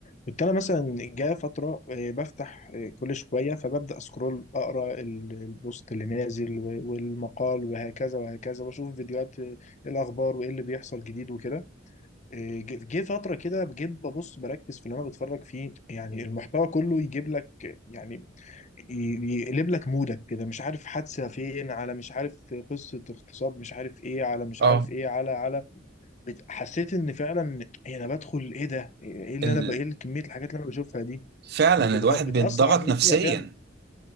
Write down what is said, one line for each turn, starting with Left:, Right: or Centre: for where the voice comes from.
Left: كنت انا مثلا جاء فتره آه، بفتح آه، كل شويه فببدا اسكرول اقرا ال- البوست اللي نازل و- والمقال وهكذا وهكذا واشوف فيديوهات آه، إيه الاخبار وايه اللي بيحصل جديد وكده آه، جه جه فتره كده جيت ببص بركز في اللي انا بتفرج فيه يعني المحتوى كله يجيب لك آه، يعني ي- يقلب لك مودك كده مش عارف حادثة فين على مش عارف قصة اغتصاب مش عارف ايه على مش
Right: اه
Left: عارف ايه على على بت- حسيت ان فعلا إيه انا بدخل ايه ده ايه اللي
Right: ال...
Left: انا بقى ايه كمية الحاجات اللي انا بشوفها دي
Right: فعلا
Left: وبتأثر
Right: الواحد بيتضغط
Left: عليا
Right: نفسيا
Left: فعلا